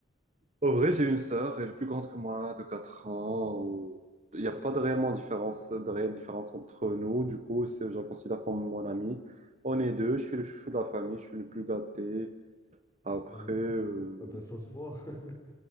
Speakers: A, on the right (about 40°); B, on the left (about 20°).
A: au vrai, j'ai une sœur, elle est plus grande que moi, de 4 ans. ou- Il n'y a pas de réellement différence, de réelle différence entre nous. Du coup, c'est- je la considère comme mon amie. On est deux, je suis le chouchou de la famille, je suis le plus gâté. Après,
B: Ouais.
A: euh,
B: Ah ben, ça se voit. <laughs>